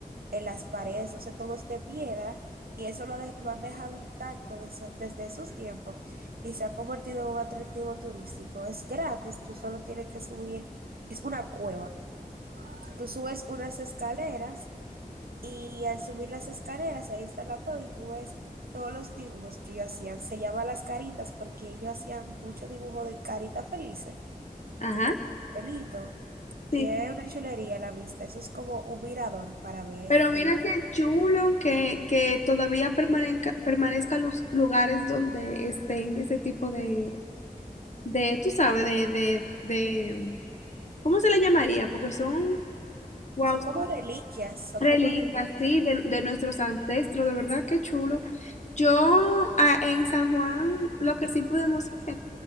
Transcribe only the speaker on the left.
Ajá.
sí.
Pero
mira qué chulo que, que todavía permanezca, permanezcan los lugares donde estén ese tipo de, de, tú sabes, de, de, de, ¿cómo se le llamaría? Porque son, wow,
son
reliquias,
sí, de, de nuestros ancestros, de verdad qué chulo. Yo ah, en San Juan lo que sí pudimos ver